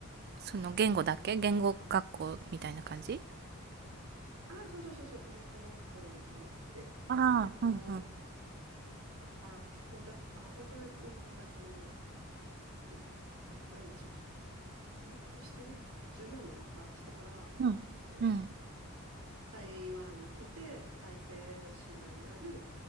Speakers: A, on the right; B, on the right.
A: その言語だけ言語学校みたいな感じ
B: あ、そうそうそうそう、語学学校に来まして。
A: ああ、
B: えっと、
A: うんうん。
B: だから、もうだ、あ、本当に、あと、んえ、何、卒卒業して十何年とかしてから、
A: うん。
B: えっと、
A: うん。
B: 台湾に来て、台北市内にある、